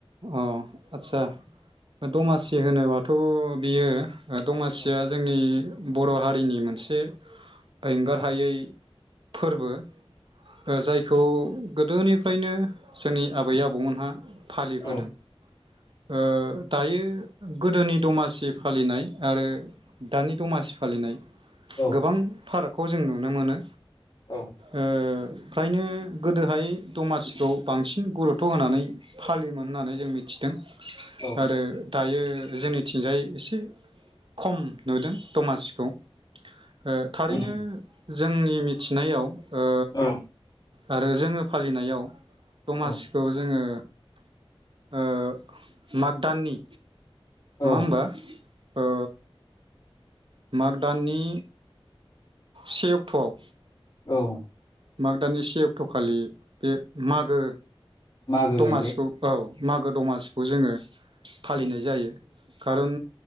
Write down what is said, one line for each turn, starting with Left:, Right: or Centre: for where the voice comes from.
Right: अ आदसा दमासि होनोबाथ' बियो ओ दमासिया
Left: औ
Right: जोंनि बर' हारिनि मोनसे एंगारहायै
Left: औ
Right: फोरबो ओ जायखौ गोदोनिफ्रायनो जोंनि आबै आबौमोनहा फालि बोदों
Left: औ
Right: ओ दायो गोदोनि दमासि फालिनाय आरो दानि दमासि फालिनाय
Left: औ
Right: गोबां फाराग ख' जों नुनो मोनो।
Left: औ
Right: ओ फ्रायनो गोदोहाय दमासिखौ बांसिन गुरुतथ' होनानै फालियोमोन। होननानै जों मिथिदों।
Left: औ
Right: आरो दायो जोंनिथिंजाय एसे खम नुदों दमासिखौ ओ थारैनो
Left: उम
Right: जोंनि मिथिनायाव ओ
Left: औ
Right: आरो जोङो फालिनायाव दमासिखौ
Left: औ
Right: जोङो ओ माग दाननि
Left: औ
Right: नङा होमबा ओ माग दाननि से अक्ट'आव
Left: औ
Right: माग दानि से अक्ट'खालि बे मागो
Left: मागो
Right: दमासिखौ
Left: जाहैबाय
Right: औ मागो दमासिखौ जोङो फालिनाय जायो खारन